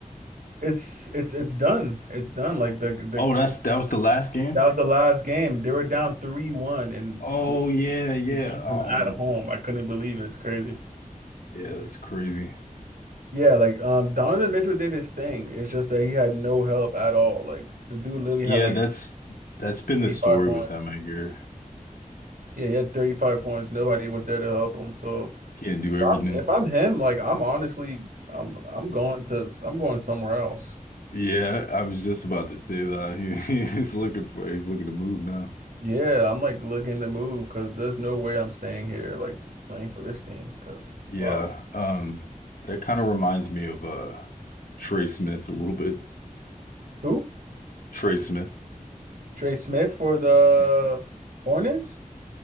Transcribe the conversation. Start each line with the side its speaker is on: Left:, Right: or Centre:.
Right: It's it's it's done. It's done. Like the the
Left: Oh, that's that was the last game?
Right: that was the last game. They were down 3-1 and
Left: Oh
Right: they
Left: yeah, yeah.
Right: they beat
Left: Um,
Right: them at home. I couldn't believe it. It's crazy.
Left: yeah, that's crazy.
Right: Yeah, like um Donovan Mitchell did his thing. It's just that he had no help at all. Like the dude literally
Left: Yeah,
Right: had like
Left: that's that's been
Right: 35
Left: the story
Right: points.
Left: with them, I hear.
Right: Yeah, he had 35 points. Nobody was there to help him. So
Left: Can't do
Right: if
Left: everything.
Right: I'm, if I'm him, like I'm honestly I'm I'm going to I'm going somewhere else.
Left: Yeah, I was just about to say that. <laughs> He, he's looking for he's looking to move now.
Right: Yeah, I'm like looking to move because there's no way I'm staying here like playing for this team because
Left: Yeah.
Right: wow.
Left: Um that kind of reminds me of uh Trey Smith a little bit.
Right: Who?
Left: Trey Smith.
Right: Trey Smith for the
Left: Yeah.
Right: Hornets?